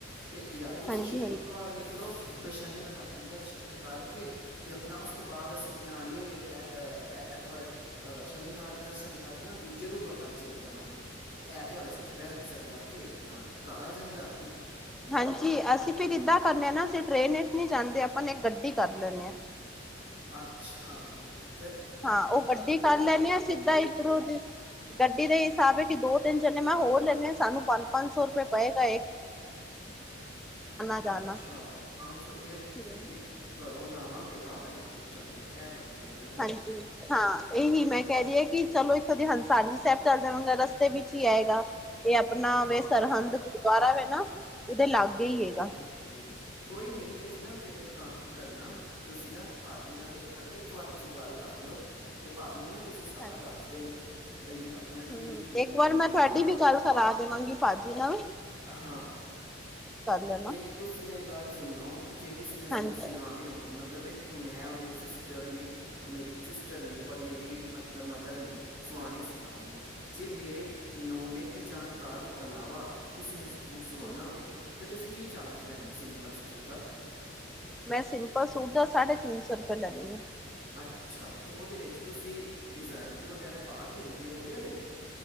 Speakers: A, on the right; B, in the centre.
A: ਤੇ ਯਾਰ ਤੁਸੀਂ
B: ਹਾਂਜੀ
A: ਸ਼ੁੱਕਰਵਾਰ
B: ਹਾਂਜੀ
A: ਨਿਕਲੋ ਬੇ ਸ਼ਨੀਵਾਰ ਰਾਤੀ ਦਰਸ਼ਨ ਕਰਕੇ ਤੇ ਆਪਣਾ ਉਸ ਤੋਂ ਬਾਦ ਅਸੀਂ ਨਾਲੇ ਐ ਐਤਵਾਰ ਅ ਸ਼ਨੀਵਾਰ ਦਰਸ਼ਨ ਕਰਕੇ ਨਾ ਦੂਜੇ ਗੁਰਦੁਆਰੇ ਚਲੇ ਜਾਵਾਂਗੇ। ਤੇ ਐਤਵਾਰ ਅਸੀਂ ਚੁਪੈਰਾ ਸਾਬ ਲਾ ਕੇ ਆਪਣਾ ਘਰ ਆ ਜਾਂਗੇ ਰਾਤੀ।
B: ਹਾਂਜੀ ਅਸੀਂ ਫਿਰ ਇਦਾਂ ਕਰਨੇ ਆ ਨਾ ਅਸੀਂ ਟ੍ਰੇਨ ਵਿੱਚ ਨੀ ਜਾਂਦੇ ਆਪਾਂ ਇੱਕ ਗੱਡੀ ਕਰ ਲੈਂਨੇ ਆ।
A: ਅੱਛਾ ਫ
B: ਹਾਂ ਓ ਗੱਡੀ ਕਰ ਲੈਣੇ ਆ ਸਿੱਧਾ ਇੱਧਰੋਂ ਦੀ ਗੱਡੀ ਦਾ ਹਿਸਾਬ ਐ ਕੀ ਦੋ-ਤਿੰਨ ਜਣੇੇ ਮੈਂ ਹੋਰ ਲੈਂਨੇ ਆ ਸਾਨੂੰ ਪੰਜ-ਪੰਜ ਸੌ ਰੁਪਏ ਪਏਗਾ ਏ
A: <inaudible>
B: ਜਾਣਾ
A: ਅੱਛਾ ਪੰਜ ਸੌ ਫੇਰ ਤੇ
B: ਹੂੰ
A: ਸਈ ਏ। ਘਰੋਂ ਜਾਵਾਂਗੇ ਘਰ ਈ ਪੋਂਚਾਂਗੇ ਐ ਤੁਹਾਡੀ ਗੱਲ ਬੜੀ ਵਧੀਐ।
B: ਹਾਂਜੀ ਹਾਂ ਐਹੀ ਮੈਂ ਕੈਰੀ ਆ ਕੀ ਚਲੋ ਇਥੋਂ ਦੇ ਹੰਸਾਨੀ ਸੈਬ ਚੱਲ ਦੇਵਾਂਗਾ ਰਸਤੇ ਵਿੱਚ ਈ ਆਏਗਾ। ਏ ਆਪਣਾ
A: ਹਾਂ
B: ਵੇ ਸਰਹੰਦ ਗੁਰਦੁਆਰਾ ਵਾ ਨਾ ਉਦੇ ਲਾਗੇ ਈ ਏਗਾ।
A: ਜੀ ਕੋਈ ਨਹੀਂ ਤੁਸੀਂ ਨਾ, ਫਿਰ ਇੱਕ ਕੰਮ ਕਰਨਾ। ਤੁਸੀਂ ਨਾ, ਭਾਜੀ ਨਾਲ ਇੱਕ ਵਾਰ ਇੱਕ ਵਾਰ ਤੁਸੀਂ ਗੱਲ ਕਰ ਲਓ। ਤੇ ਭਾਜੀ ਨੂੰ ਨਾ। ਤੁਸੀਂ ਸਾਰਾ
B: ਹਾਂਜੀ।
A: ਦੱਸ ਦੇਦੇ ਹੋ, ਬਈ ਆਪਣਾ ਕੀ,
B: ਹੂੰ,
A: ਰੂਟੀਨ
B: ਇੱਕ ਵਾਰ ਮੈਂ
A: ਜਿਵੇਂ
B: ਤੁਹਾਡੀ
A: ਆਪਾਂ।
B: ਵੀ ਗੱਲ ਕਰਾ ਦੇਵਾਂਗੀ ਭਾਜੀ ਨਾ।
A: ਹਾਂ
B: ਲੈਣਾ।
A: ਤੇ ਤੁ, ਸੀਂ ਮੇਰੀ ਗੱਲ ਸੁਣੋ ਜੇ, ਕਿਸੇ ਨੇ, ਸੂਟ
B: ਹਾਂਜੀ,
A: ਸਿਲਵਾਉਣੇ ਹੋਣ ਮਤਲਬ ਦੇਖੋ ਮੈਂ, ਔਰ ਮੇਰੀ ਸਿਸਟਰ ਨੇ, ਮੇਰੀ ਸਿਸਟਰ ਨੇ ਔਰ ਮੇਰੀ ਮਤਲਬ ਮਦਰ ਨੇ ਸੁਆਣੇ-ਸੁਆਣੇ ਨੇ ਜੇ, ਮੇਰੇ ਨੋਵੇ ਮੇਰੇ ਜਾਣਕਾਰਾਂ ਤੋਂ, ਇਲਾਵਾ ਕਿਸੇ ਨੇ ਸੂਟ ਸਵਾਉਣਾ
B: ਹੂੰ
A: ਹੋਏ। ਅਤੇ ਤੁਸੀਂ ਕੀ ਚਾਰਜ ਲੈਂਦੇ ਹੋ, ਸਿੰਪਲ ਸੂਟ ਦਾ।
B: ਮੈਂ, ਸਿੰਪਲ ਸੂਟ ਦਾ ਸਾਢੇ ਤਿੰਨ ਸੌ ਰੁਪਏ ਲੈਂਦੀ ਹਾਂ।
A: ਅੱਛਾ ਅਤੇ ਉਹਦੇ ਵਿੱਚ ਤੁਸੀਂ ਡਿਜ਼ਾਇਨ ਵਗੈਰਾ ਪਾ ਦਿੰਦੇ ਹੋ, ਜਾਂ ਨਹੀਂ।